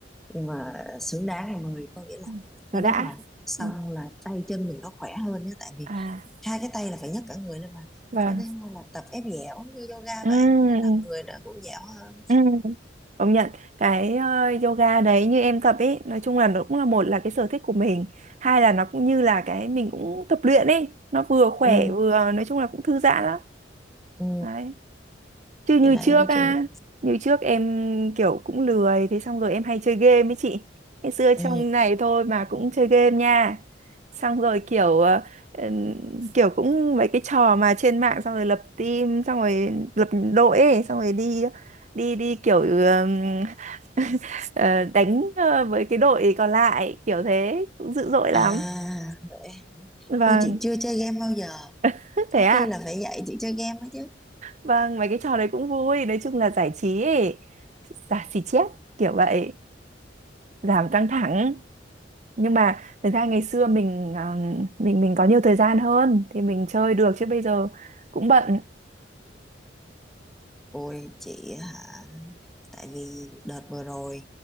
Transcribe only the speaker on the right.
Ừ, nó
đã
ừ.
à
vâng
ừ ừ
ừ. Công nhận cái ờ, yoga đấy như em tập ấy nói chung là nó cũng là một là cái sở thích của mình hai là nó cũng như là cái mình cũng tập luyện ấy nó vừa khỏe
vừa nói chung là cũng thư giãn lắm
đấy Chứ như
trước
á,
như trước em kiểu cũng lười, thế xong rồi em hay chơi game ấy chị. Ngày xưa trong
này thôi mà cũng chơi game nha. Xong rồi kiểu ờ, ừm, kiểu cũng mấy cái trò mà trên mạng xong rồi lập team, xong rồi lập đội ấy, xong rồi đi đi đi kiểu ừm, <laughs> ờ, đánh ờ, với cái đội còn lại, kiểu thế, cũng dữ dội
lắm.
Vâng,
<laughs> thế
à.
Vâng, mấy cái trò đấy cũng vui, nói chung là giải trí ấy, giải trí chép kiểu vậy. giảm căng thẳng nhưng mà thực ra ngày xưa mình à, mình mình có nhiều thời gian hơn thì mình chơi được chứ bây giờ cũng bận